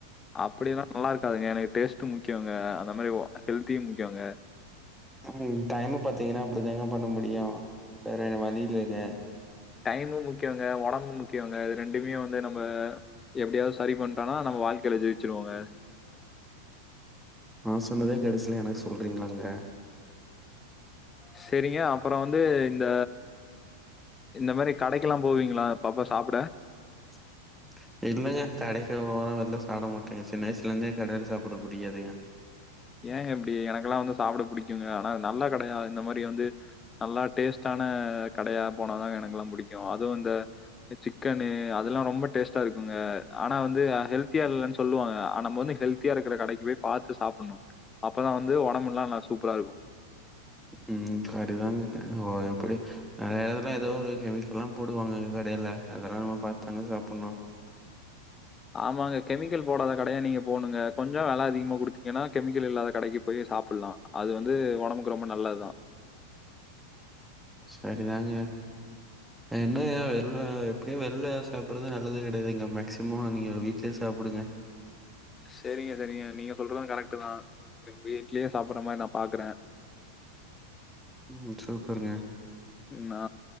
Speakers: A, on the left; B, in the centre.
A: அப்டில்லா நல்லாருக்காதுங்க எனக்கு டேஸ்டு முக்கியங்க அந்த மாரி ஹெல்தியு முக்கியங்க
B: ம் டைமு பாத்தீங்கன்னா அப்டி இதாங்க பண்ண முடியு வேற வழி இல்லங்க
A: டைமு முக்கியங்க ஒடம்பு முக்கியங்க இது ரெண்டுமே வந்து நம்ம எப்டியாவது சரி பண்டம்னா நம்ம வாழ்க்கேல ஜெய்ச்சுருவோங்க
B: நா சொன்னதே கடசீல எனக்கு சொல்றீங்களாங்க
A: செரிங்க அப்பறோ வந்து இந்த இந்த மாரி கடைக்கெல்லா போவீங்களா அப்பப்ப சாப்ட
B: <inaudible> இல்லங்க கடைக்கு ஒரு வாரோ வெளில சாப்ட மாட்டேங்க சின்ன வயசுல இருந்தே கடேல சாப்பற்றது புடிக்காதுங்க
A: ஏங்க இப்டி எனக்கல்லா வந்து சாப்ட புடிக்குங்க ஆனா நல்ல கட யா இந்த மாரி வந்து நல்லா டேஸ்ட்டான கடையா போனாதாங்க எனக்கல்லா புடிக்கு அதுவு இந்த சிக்கனு அதல்லா ரொம்ப டேஸ்ட்டா இருக்குங்க ஆனா வந்து ஹெல்த்தியா இல்லன்னு சொல்லுவாங்க நம்ம வந்து ஹெல் தியா இருக்குற கடைக்கு போய் பாத்து சாப்பண்ணு அப்பதா வந்து ஒடம்புல்லா நல்லா சூப்பரா இருக்கு
B: ம் கறிதான்ங்க ஓ எப்டி நெறைய எடத்துல எதோ ஒரு கெமிக்கல்லா போட் றுவாங்கங்க கடேல அதல்லா நம்ம பாத்தாங்க சாப்பண்ணு
A: ஆமாங்க கெமிக்கல் போடாத கடையா நீங்க போண்ணுங்க கொஞ்சம் விலை அதிகமா குடுத்தீங்கன்னா கெமிக்கல் இல்லாத கடைக்கு போயோ சாப்புட்லா அது வந்து ஒடம்புக்கு ரொம்ப நல்லதா
B: செரிதாங்க என்னயா வெள்ல எப்படியு வெள்ல சாப்பிட்றது நல்லது கெடையாது இங்க மேக்ஸிமோ நீங்க வீட்லயே சாப்புடுங்க
A: செரிங்க செரிங்க நீங்க சொல்றது கரெக்ட் தா இனி வீட்லேயே சாப்புட்ற மாரி நா பாக்குறே
B: ம் சூப்பருங்க
A: நா